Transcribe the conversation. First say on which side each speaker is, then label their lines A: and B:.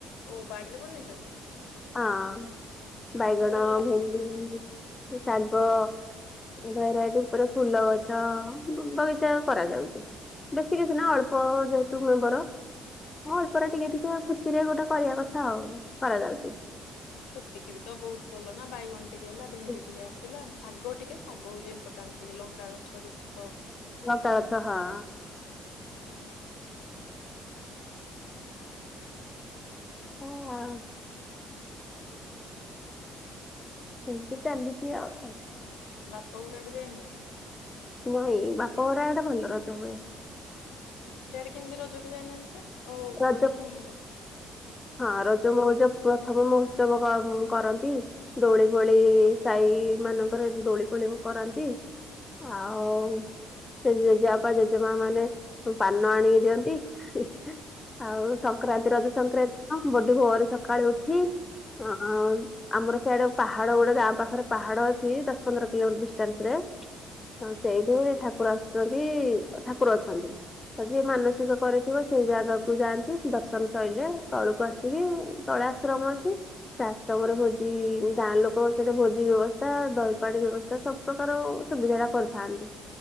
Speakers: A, on the left (about 80°); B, on the left (about 25°).
A: ଓ ବାଡ଼ିରେ ବନେଇଛନ୍ତି?
B: ହଁ, ବାଇଗଣ,
A: ଭଲ
B: ଭେଣ୍ଡି, ଶାଗ। ଭେରାଇଟି ଉପରେ ଫୁଲ ଗଛ ବ-ବଗିଚା କରାଯାଉଛି। ବେଶୀ କିଛି ନାହିଁ, ଅଳ୍ପ ଯେହେତୁ ମେମ୍ବର। ହଁ, ଅଳ୍ପରେ ଟିକେ ଟିକେ ଖୁସିରେ ଗୋଟେ କରିବା କଥା ଆଉ କରାଯାଉଛି‌।
A: ସେତିକି ବି ତ ବହୁତ ଭଲ ନା ବାଇଗଣ ଟିକେ ହେଲା ଭେଣ୍ଡି
B: ଲଙ୍କା
A: ଟିକେ ଆସିଲା, ଶାଗ ଟିକେ ଶାଗ ହଉଛି ଇମ୍ପୋଟାଣ୍ଟ ଟିକେ ଲଙ୍କା ଗଛଟେ ଥିବ।
B: ଲଙ୍କା ଗଛ ହଁ।
A: ଆଉ
B: ଓଃ ଆଉ ହେମିତି ଚାଲିଚି ଆଉ।
A: ବାପ ଘରଆଡେ ଯାଇନାହାନ୍ତି?
B: ପୁଅ ହେଇ, ବାପ ଘରଆଡେ ଭଲ ରଜ ହୁଏ।
A: ସେଆଡେ କେମିତି ରଜକୁ ଯାଇନାହାନ୍ତି ଯେ? ଆଉ
B: ରଜ
A: ପ୍ରଥମ୍
B: ହଁ ରଜମଉଜ ପ୍ରଥମ ମହୋତ୍ସବ କ କରନ୍ତି। ଦୋଳି ଫୋଳି ସାଇମାନଙ୍କରେ ଦୋଳି ଫୋଳି ସବୁ କରାନ୍ତି। ଆଉ ସେ ଜେଜେବାପା ଜେଜେମା ମାନେ ପାନ ଆଣିକି ଦିଅନ୍ତି। ହିଇ ଆଉ ସଂକ୍ରାନ୍ତି ରଜ ସଂକ୍ରାନ୍ତି ଦିନ ବଡି ଭୋର ସକାଳେ ଉଠି ଅଁ ଆମର ସେଆଡେ଼ ପାହାଡ ଗୋଟେ ଗାଁ ପାଖରେ ପାହାଡ ଅଛି ଦଶ ପନ୍ଦର କିଲୋମିଟର ଡିଷ୍ଟାନ୍ସ ରେ ହ ସେଇଠୁ ଠାକୁର ଆସୁଛନ୍ତି ଠାକୁର ଅଛନ୍ତି। ଆଉ ଯିଏ ମାନସିକ କରିଥିବ ସେଇ ଜାଗାକୁ ଯାଆନ୍ତି ଦର୍ଶନ ସରିଲେ ତଳକୁ ଆସିକି ତଳେ ଆଶ୍ରମ ଅଛି। ରାସଘରେ ଭୋଜି ଗାଁ ଲୋକଙ୍କ ସହିତ ଭୋଜି ବ୍ୟବସ୍ଥା ଦହିପାଣି ବ୍ୟବସ୍ଥା ସବୁ ପ୍ରକାର ସୁବିଧା ଟା କରିଥାନ୍ତି।